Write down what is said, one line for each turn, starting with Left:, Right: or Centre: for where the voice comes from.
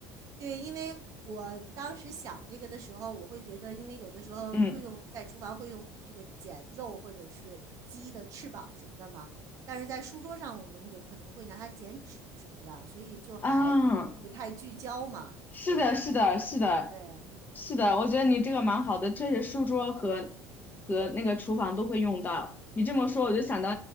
Right: 对，因为我当时想这个的时候，我会觉得，因为有的时候会用在厨房会用这个剪肉或者是鸡的翅膀什么的嘛，
Left: 嗯
Right: 但是在书桌上我们有可能会拿它剪纸什么的，所以就还不太聚焦嘛。
Left: 啊。是的，
Right: 对
Left: 是的，是的，
Right: 对，
Left: 是的，我觉得你这个蛮好的，确实书桌和和那个厨房都会用到。你这么说，我就想到